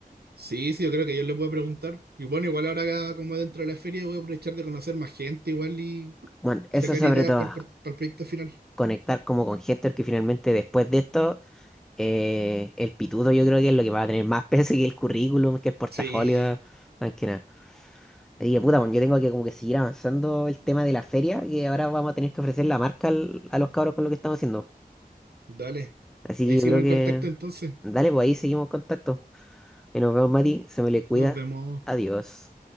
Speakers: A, on the right; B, in the centre.
A: sí, sí, yo creo que yo le puedo preguntar. Y bueno, igual ahora como dentro de la feria voy a aprovechar de conocer más gente igual y
B: Bueno, eso
A: sacar
B: sobre
A: ideas
B: todo.
A: para el, por- para el proyecto final.
B: conectar como con Hector, que finalmente después de esto, eh, el pituto yo creo que es lo que va a tener más <laughs> peso que el currículum, que el portafolio,
A: Sí,
B: más que nada. Así que puta, bueno, yo tengo que como que seguir avanzando el tema de la feria, que ahora vamos a tener que ofrecer la marca al- a los cabros con lo que estamos haciendo.
A: Dale.
B: Así
A: Ahí
B: que
A: sigo
B: yo creo
A: en
B: que,
A: contacto entonces.
B: dale, pues ahí seguimos en contacto. Y nos vemos, Mati, se me le cuida.
A: Nos vemos.
B: Adiós.